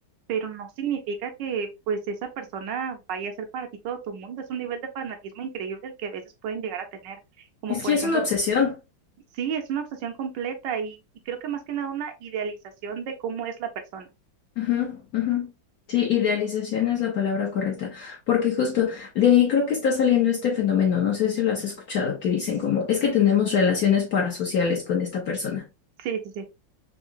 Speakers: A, on the right; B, on the left.
A: pero no significa que pues esa persona vaya a ser para ti todo tu mundo. Es un nivel de fanatismo increíble el que a veces pueden llegar a tener. Como
B: Es
A: por
B: que es
A: ejemplo,
B: una obsesión.
A: sí, es una obsesión completa y, y creo que más que nada una idealización de cómo es la persona.
B: Ajá, ajá. Sí, idealización es la palabra correcta, porque justo de ahí creo que está saliendo este fenómeno, no sé si lo has escuchado, que dicen como, es que tenemos relaciones parasociales con esta persona.
A: Sí, sí, sí.